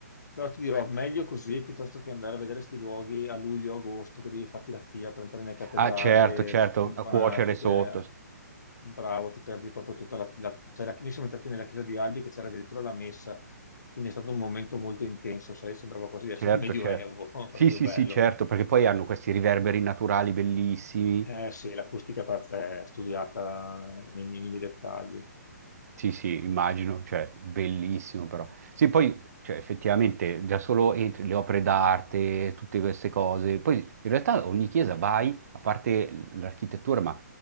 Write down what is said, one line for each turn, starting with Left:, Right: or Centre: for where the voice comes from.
Left: però ti dirò, meglio così piuttosto che andare a vedere questi luoghi a luglio, agosto, che devi farti la fila per entrare nelle cattedrali
Right: Ah, certo,
Left: e
Right: Assolutamente. certo,
Left: spintonarti,
Right: a cuocere sotto.
Left: che... Bravo, ti perdi proprio tutta la... la- cioè, la- noi siamo entrati nella chiesa di Albi che c'era addirittura la messa, quindi è stato un momento molto intenso, sai, sembrava quasi di essere
Right: Certo,
Left: il Medioevo,
Right: certo.
Left: <laughs> proprio
Right: Sì, sì,
Left: bello.
Right: sì, certo, perché poi hanno questi riverberi naturali bellissimi.
Left: Eh sì, l'acustica è perf- è studiata nei minimi dettagli.
Right: Sì, sì, immagino, cioè, bellissimo però. Sì, poi, cioè, effettivamente, già solo entri, le opere d'arte, tutte queste cose. Poi, in realtà, ogni chiesa vai, a parte l- l'architettura, ma